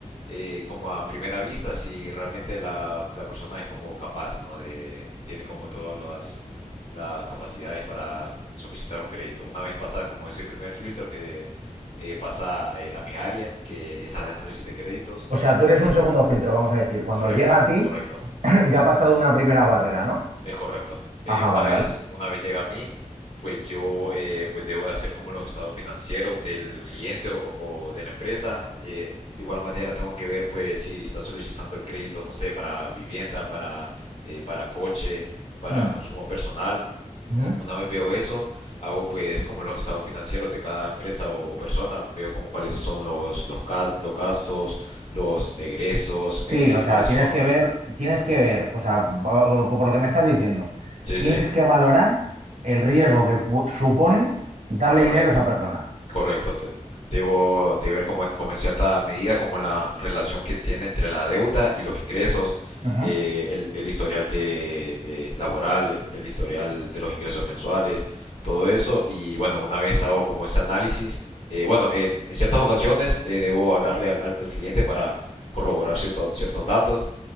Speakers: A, on the left; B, on the right.
A: eh, como a primera vista si realmente la, la persona es como capaz, ¿no? De, tiene como todas las, las capacidades para solicitar un crédito. Una vez pasa como ese primer filtro que eh, pasa a, a mi área, que es la de análisis de créditos,
B: O sea, tú eres
A: entonces-
B: un segundo filtro, vamos a decir, cuando
A: correcto,
B: llega a ti
A: correcto.
B: <clears throat> ya ha pasado una primera barrera, ¿no?
A: Es correcto. Eh,
B: Ajá,
A: una
B: vale,
A: vez,
B: vale.
A: una vez llega a mí, pues yo eh, pues debo de hacer como los estados financieros del cliente o, o de la empresa. Eh, de igual manera tengo que ver pues si está solicitando el crédito, no sé, para vivienda, para, eh, para coche, para
B: Mm,
A: consumo personal.
B: ujú.
A: Una vez veo eso, hago pues como los estados financieros de cada empresa o, o persona, veo como cuáles son los, los, gas- los gastos, los egresos, eh,
B: Sí, o sea,
A: cuáles
B: tienes
A: son...
B: que ver, tienes que ver, o sea, va- o- por lo que me estás diciendo,
A: Sí,
B: tienes
A: sí,
B: que valorar el riesgo que pu- supone darle
A: correcto.
B: dinero a esa persona.
A: Correcto. te- Debo de ver como, en como en cierta medida como la relación que tiene entre la deuda y los ingresos,
B: Ujú.
A: eh, el, el historial de eh, laboral, el historial de los ingresos mensuales, todo eso. Y bueno, una vez hago como ese análisis, eh, bueno, en, en ciertas ocasiones eh, debo hablarle al, al- al cliente para corroborar cierto- ciertos datos.